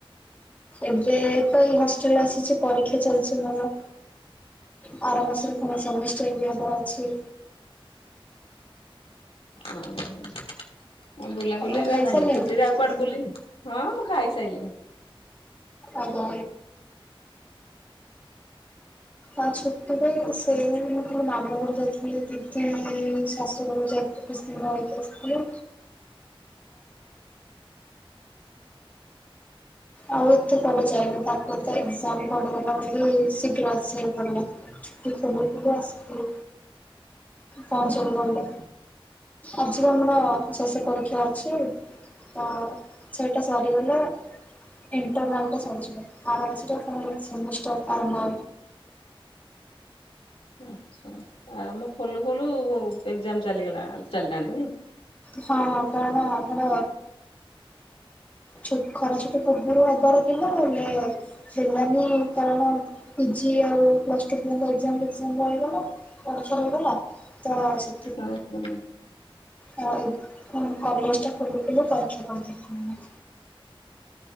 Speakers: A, on the left; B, on the left.
A: ଏବେ ତ ଏଇ ହଷ୍ଟେଲରେ ଆସିଛି ପରୀକ୍ଷା ଚାଲିଛି ମୋର ବର ମାସରେ କଣ ସେମିଷ୍ଟର ବି ହେବାର ଅଛି
B: ଓହୋଉ ବୁଲାବୁଲି
A: ଆପଣ
B: ଏବେ
A: ଖାଇସାରିଲେଣି?
B: ନାହିଁ ଛୁଟିରେ ଆଉ କୁଆଡେ ବୁଲି ନାି ହଁ ମୁଁ ଖାଇ ସାରିଲିିନି
A: ଆଗ ଆଉ ଛୁଟିରେ ସେ ମୁଁ କେ ମାମୁଁ ଘରୁ ଯାଇଥିଲି ଦିଦି ଶାଶୁଘର ଯାଇଥିଲି ଖସିିବାକସି ଆଉ ଏତେ ପଡି ଯଏନି ତାପ ତ ଏଜାମ ପଡିଗଲା ବୋଲି ଶୀଘ୍ର ଆସ ପଡିଲ ସେ ଆସ <unintelligible> ପହଞ୍ଚକୁ
B: ହଁ
A: ଗଲେ ଆଜି ବି ଆମର ଶେଷ ପରୀକ୍ଷା ଅଛି ତ ସେଇଟା ସରିଗଲା ଣ୍ଟର୍ନଲ ସ ଆର ସେମିଷ୍ଟର୍ ଆର
B: ଆଚ୍ଛା ଆରାମ ଖୋଲୁ ଖୋଲୁ ଏକ୍ଜାମ ଚାଲିଗଲା ଚାଲିଲାଣିନ
A: ହଁ ହଁ କାରଣ ଆମର ଛୁଟ ଖରା ଛୁଟି ପୂର୍ବରୁ ହବାର ଥିଲା ହେଲେ ହେଲାନି କାରଣ ପିଜି ଆଉ ପ୍ଲସ୍ଟୁ ପିଲାଙ୍କ ଏକ୍ଜାମ୍ ପିଟିସନ ରହିଗଲା। ପରୀକ୍ଷା ରହିଗଲା ତ ସେଥି
B: ଓ ହୋ।
A: ହଉ ପୁଣି କଲେଜଟା ଖୋଲୁ ଖୋଲୁ ପରୀକ୍ଷା କରିଦେଲେ